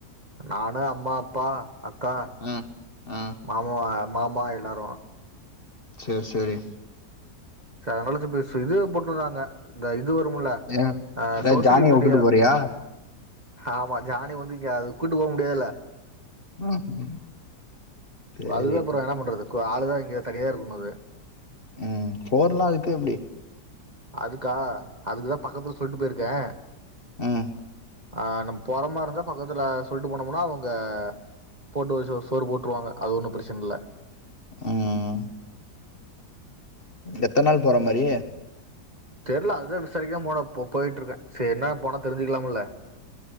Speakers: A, on the right (about 25°); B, on the left (about 35°).
A: நானு அம்மா அப்பா அக்கா
B: ம் ம்
A: மாமா மாமா எல்லாரு
B: சே சேரி
A: க்கா அதனால <unintelligible> இதுவே போட்ருந்தாங்க இந்த இது இது வரும்ல
B: ஏ
A: ஆ சோசியல்
B: ஏ ஜானிய
A: மீடியா
B: வுட்டுட்டு போறியா
A: ஆமா ஜானி வந்துங்க கூட்டு போக முடியாதுல்ல
B: ம் ம் சரி
A: அதுவே அப்றோ என்ன பண்றது கோ ஆளுதா இங்க தனியா இருக்குனுது
B: ம் போர்லா அதுக்கு எப்புடி
A: அதுக்கா அதுக்குதா பக்கத்துல சொல்ட்டு போயிருக்கே
B: ம்
A: ஆ நம் போறமா இருந்தா பக்கத்துல சொல்லிட்டு போனோம்னா அவுங்க போட்டு ஒரு சோ சோறு போட்டுருவாங்க அது ஒன்னு பிரச்சன இல்ல
B: ம் எத்தன் நாள் போற மாரி
A: தெரில அதுதா விசாரிக்காம போன போயிட்ருக்கே சேரி என்ன போனா தெரிஞ்சுக்கலாம்ல